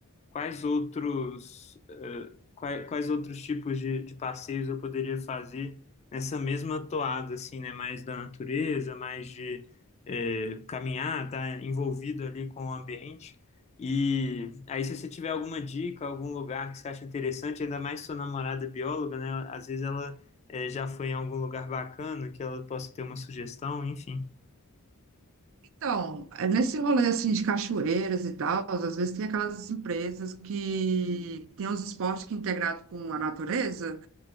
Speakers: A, on the left; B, on the right.
A: quais outros, é, quais, quais outros tipos de, de passeios eu poderia fazer nessa mesma toada, assim, né, mais da natureza, mais de é, caminhar, tá envolvido ali com o ambiente. E aí, se você tiver alguma dica, algum lugar que você acha interessante, ainda mais sua namorada é bióloga, né, às vezes ela é, já foi em algum lugar bacana que ela possa ter uma sugestão, enfim.
B: Então, é nesse rolê assim de cachoeiras e tal, às vezes tem aquelas empresas que tem uns esportes que é integrado com a natureza.